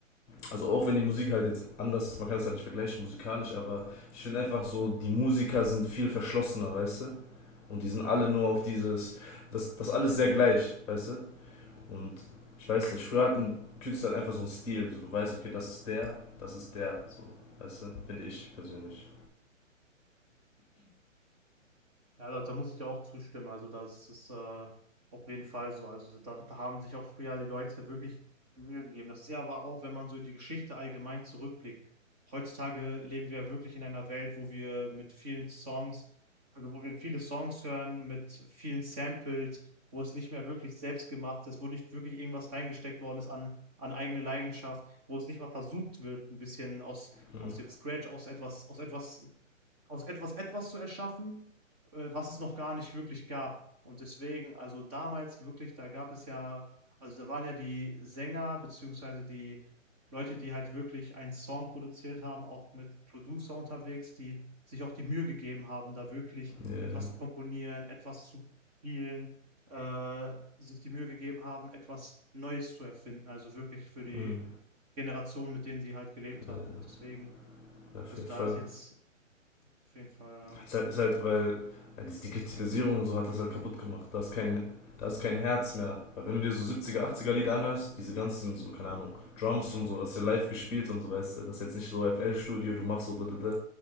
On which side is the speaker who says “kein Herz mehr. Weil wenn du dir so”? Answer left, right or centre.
Left